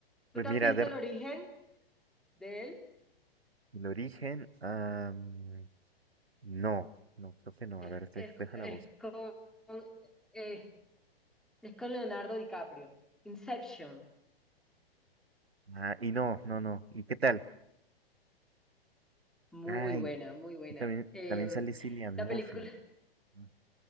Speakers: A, in the centre; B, on the right.
A: ¿Tú
B: pues
A: te
B: mira,
A: has visto
B: de, r-
A: el origen de él?
B: el origen, ah, mm, no, no, creo que no.
A: Es,
B: A ver, dej-
A: es-
B: déjala
A: es
B: voz.
A: con, eh, es con Leonardo DiCaprio. Inception.
B: Ah, y no, no, no. ¿Y qué tal?
A: Muy
B: Ay,
A: buena, muy buena.
B: y también,
A: Eh,
B: también sale Cillian
A: la
B: Murphy.
A: película, <laughs>
B: Ah,